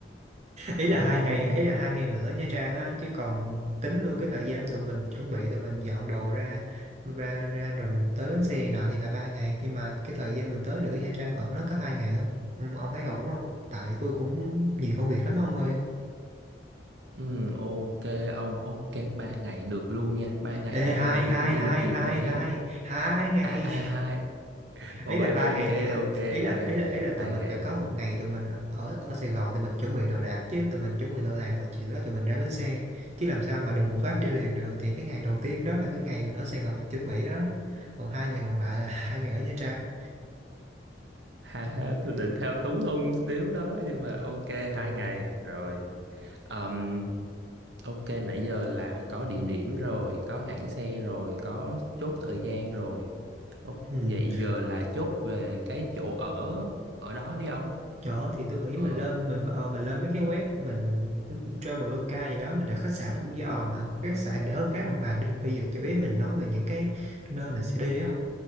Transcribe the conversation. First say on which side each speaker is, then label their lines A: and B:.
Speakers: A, on the right; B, on the right.
A: ý
B: Ồ,
A: là hai ngày ý là hai ngày mình ở Nha Trang á chứ còn tính luôn cái thời gian tụi mình chuẩn bị tụi mình dọn đồ ra ra ra rồi mình tới bến xe này nọ thì là ba ngày nhưng mà cái thời gian mình tới được ở Nha Trang ở nó có hai ngày thôi ông, ông thấy ổn không tại tôi cũng nhiều công việc lắm ông ơi
B: ừ, ok ông, ok 3 ngày được luôn nha. ba ngày
A: ê
B: thì tôi
A: hai
B: nghĩ
A: hai
B: cũng đi
A: hai
B: được nhiều
A: hai
B: nơi
A: hai
B: á.
A: hai ngày
B: À à hai. Ôi
A: ý là ba
B: ok
A: ngày nha
B: ok
A: ý là
B: hai
A: ý
B: ngày,
A: là ý là tụi
B: hai
A: mình
B: ngày.
A: phải có một ngày tụi mình ở ở Sài Gòn tụi mình chuẩn bị đồ đạc chứ tụi mình chuẩn bị đồ đạc rồi chiều đó tụi mình ra bến xe chứ làm sao mà đùng một phát đi liền được thì cái ngày đầu tiên đó là cái ngày mình ở Sài Gòn mình chuẩn bị đó còn hai ngày còn lại là <laughs> hai ngày ở Nha Trang
B: Ha
A: trời
B: ha,
A: ơi
B: tôi định thao túng ông xíu đó nhưng mà
A: không
B: ok
A: ừ.
B: hai ngày rồi. Ừm, ok, nãy giờ là có địa điểm rồi, có hãng xe rồi, có chốt thời gian rồi. Ok,
A: Ừ.
B: vậy giờ là chốt về cái chỗ ở ở đó đi ông.
A: Chỗ thì tôi nghĩ
B: Ờ,
A: mình lên mình ờ, mình lên mấy cái web mình Traveloka gì đó mình đặt khách sạn nó cũng dễ òm mà cái khách sạn để hơn khác bằng bàn đi bây giờ chủ yếu mình nói về những cái nơi mình sẽ đi á